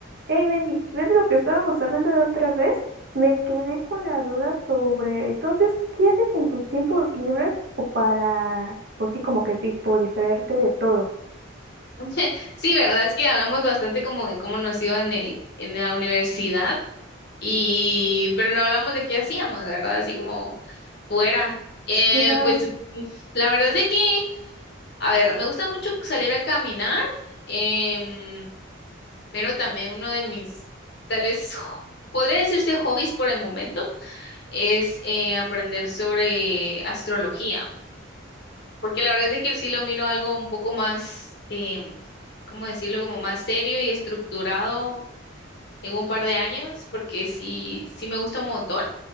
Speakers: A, on the right; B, on the left.
A: Hey Mandy, ¿ves lo que estábamos hablando la otra vez? Me quedé con la duda sobre, entonces, ¿qué haces en tus tiempos libres o para, pues sí, como que tipo distraerte de todo?
B: <laughs> Sí, ¿verdad? Es que hablamos bastante como de cómo nos iba en el, en la universidad y, pero no hablamos de qué hacíamos, ¿verdad? Así como fuera. Eh,
A: Ajá.
B: pues mm, la verdad es de que, a ver, me gusta mucho salir a caminar, em, pero también uno de mis, tal vez, jo- podría decirse hobbies por el momento, es eh, aprender sobre astrología. porque la verdad es que sí lo miro algo un poco más, em, ¿cómo decirlo? Como más serio y estructurado en un par de años, porque sí, sí me gusta un montón,